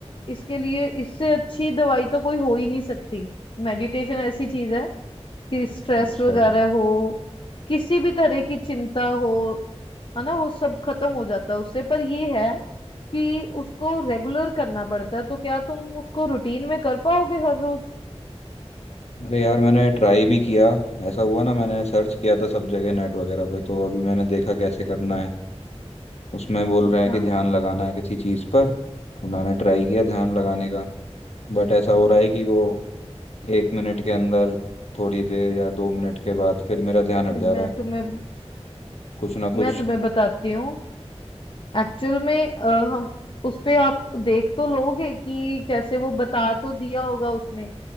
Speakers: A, on the left (about 50°); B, on the left (about 70°).
A: इसके लिए इससे अच्छी दवाई तो कोई हो ही नहीं सकती मेडिटेशन ऐसी चीज है कि स्ट्रेस
B: अच्छा
A: वगैरह हो किसी भी तरह की चिंता हो है ना वो सब खत्म हो जाता है उससे पर ये है कि उसको रेगुलर करना पड़ता है तो क्या तुम उसको रूटीन में कर पाओगे हर रोज
B: अरे यार मैंने ट्राई भी किया ऐसा हुआ ना मैंने सर्च किया था सब जगह नेट वगैरह पे तो अभी मैंने देखा कैसे करना है उसमें बोल
A: अच्छा
B: रहे हैं कि ध्यान लगाना है किसी चीज़ पर तो मैंने ट्राई किया ध्यान लगाने का बट ऐसा हो रहा है कि वो एक मिनट के अंदर थोड़ी देर या दो मिनट के बाद फिर मेरा ध्यान हट जा
A: मैं
B: रहा है
A: तुम्हें
B: कुछ ना
A: मैं
B: कुछ
A: तुम्हें बताती हूँ एक्चुअल में अ, हम उस पे आप देख तो लोगे कि कैसे वो बता तो दिया होगा उसमें